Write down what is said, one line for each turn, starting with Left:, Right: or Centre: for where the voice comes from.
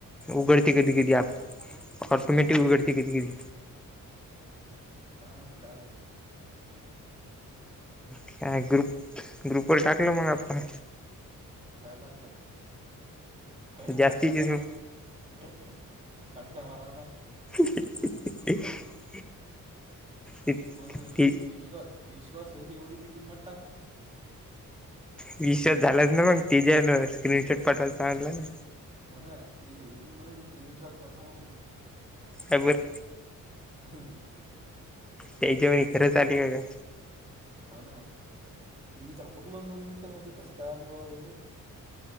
Centre: उगडती
Right: बंद होते
Centre: कधी
Right: ना
Centre: कधी
Right: ते
Centre: आप ऑटोमॅटिक उगडती कधी कधी.
Right: काय माहित काय
Centre: ह्या ग्रुप ग्रुप वर टाकलं मग आपण!
Right: काय टाकलं? काहीही
Centre: जास्तीचीच
Right: टाकायला लागले
Centre: मग
Right: काय कांट्या मारायला.
Centre: <unintelligible> ते-
Right: कोणाला
Centre: ते
Right: विश्वास विश्वास होईल एवढी ते किंमत टाक
Centre: विश्वास झालाच ना मग ते जे स्क्रीनशॉट पठवायचं आणलं ना
Right: हो ना टी वी हे म्ह स्क्रन शॉट पून.
Centre: अ बर.
Right: हम्
Centre: त्याच्याेवणी खरंच आले का का.
Right: हा ना मी पकलून दोन मिनिटांसाठी कस काय आले एवढे.